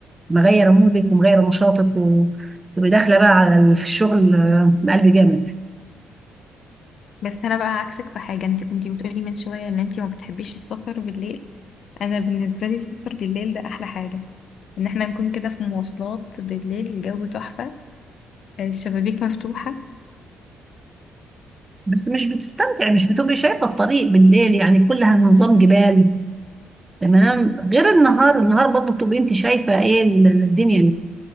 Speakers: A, on the right; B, on the left.
A: مغيرة مودك ومغيرة نشاطك وتبقي داخلة بقى على الشغل آه، بقلب جامد
B: بس انا بقى عكسك في حاجة انت كنتي بتقولي من شوية ان انت ما بتحبيش السفر بالليل انا بالنسبة لي السفر بالليل ده احلى حاجة ان احنا نكون كده في مواصلات بالليل الجو تحفة آه الشبابيك مفتوحة
A: بس مش بتستمتعي مش بتبقي شايفة الطريق بالليل يعني كلها نظام جبال تمام غير النهار النهار برضو بتبقي انت شايفه ايه ال- الدنيا